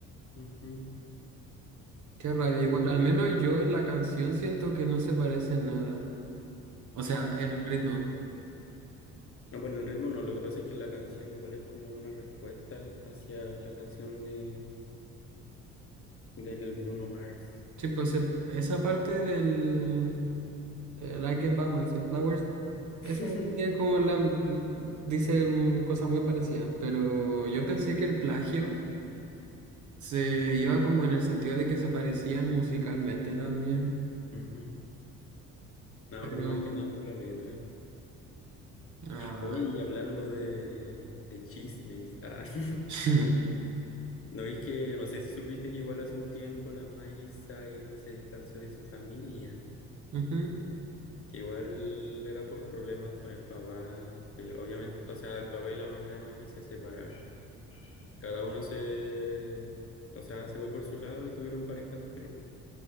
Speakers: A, on the left; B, on the right.
A: Ujú.
B: Qué rabia.
A: Así
B: Igual,
A: que,
B: al menos yo en la canción siento que no se parecen nada. O sea,
A: ujú.
B: en el ritmo.
A: No, bueno, el ritmo no, lo que pasa es que la canción igual es como una respuesta hacia la canción de, del Bruno Mars.
B: Sí, pues se- esa parte del, eh, Like and Batman, Flowers. Esa
A: <laughs>
B: tiene como la. Dice mm, cosas muy parecidas, pero yo pensé que el plagio se iba como en el sentido de que se parecían musicalmente también.
A: Ujú. No,
B: Pero.
A: pero más que nada por la letra.
B: Ah.
A: Oye, y hablando de, de chismes, ah, <laughs>
B: <laughs>
A: ¿no es que, no sé si supiste que igual hace un tiempo la Miley Cyrus se distanció de su familia?
B: ujú.
A: que igual era por problemas con el papá, que obviamente, o sea, el papá y la mamá de Miley se separaron. Cada uno se, o sea, se fue por su lado y tuvieron parejas diferentes.